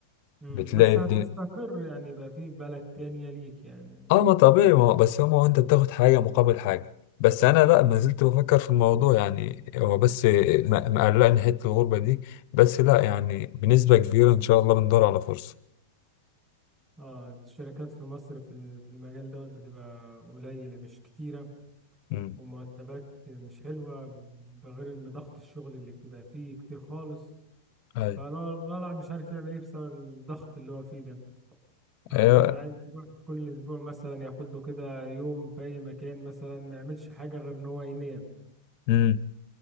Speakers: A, on the right (about 15°); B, on the left (about 40°).
A: امم
B: بتلاقي
A: بس
B: الدنيا
A: هتستقر يعني يبقى في بلد تانية ليك يعني
B: اه ما طبيعي ما هو- بس هو ما هو انت بتاخد حاجة مقابل حاجة بس انا لا ما زلت بفكر في الموضوع يعني هو بس م- مقلقني حتة الغربة دي بس لا يعني بنسبة كبيرة ان شاء الله بندور على فرصة
A: اه الشركات في مصر في ال- في المجال ده بتبقى قليلة مش كتيرة
B: امم
A: ومرتبات مش حلوة بغير ان ضغط الشغل اللي بتبقى فيه كتير خالص
B: ايوه
A: فالله الواحد مش عارف يعمل ايه بسبب الضغط اللي هو فيه ده آه،
B: ايوه
A: الواحد عايز يروح كل اسبوع مثلا ياخد له كده يوم في اي مكان مثلا ما يعملش حاجه غير ان هو ينام
B: امم